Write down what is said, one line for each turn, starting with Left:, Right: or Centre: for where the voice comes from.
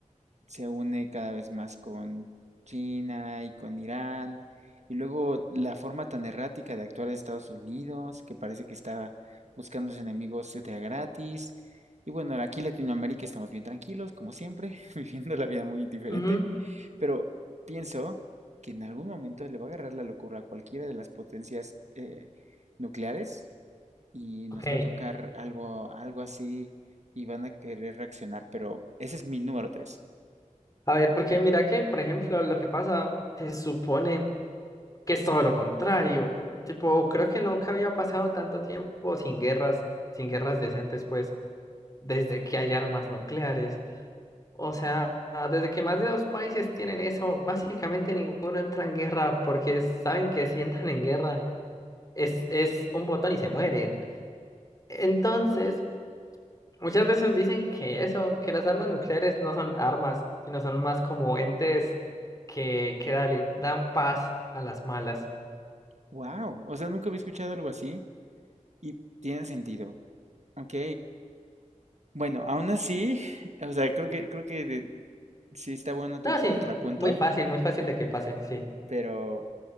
Right: se une cada vez más con China y con Irán. Y luego la forma tan errática de actuar de Estados Unidos, que parece que estaba buscando sus enemigos de a gratis. Y bueno, aquí en Latinoamérica estamos bien tranquilos, como siempre, <laughs> viviendo la vida muy diferente,
Left: Ujú.
Right: pero pienso que en algún momento le va a agarrar la locura a cualquiera de las potencias eh, nucleares y
Left: Ok,
Right: nos va a tocar algo, algo así y van a querer reaccionar, pero ese es mi número 3.
Left: a ver, porque mira que, por ejemplo, lo que pasa, se supone que es todo lo contrario. Tipo, creo que nunca había pasado tanto tiempo sin guerras, sin guerras decentes, pues, desde que hay armas nucleares. O sea, desde que más de dos países tienen eso, básicamente ninguno entra en guerra porque saben que si entran en guerra es, es un botón y se mueren. Entonces... Muchas veces dicen que eso, que las armas nucleares no son armas, sino son más como entes que, que dale, dan paz a las malas.
Right: wow, o sea, nunca había escuchado algo así y tiene sentido. Ok, Bueno, aún así, <laughs> o sea, creo que, creo que de- sí está bueno tu
Left: No,
Right: contrapunto,
Left: sí, m- muy fácil, muy fácil de que pase, sí.
Right: pero,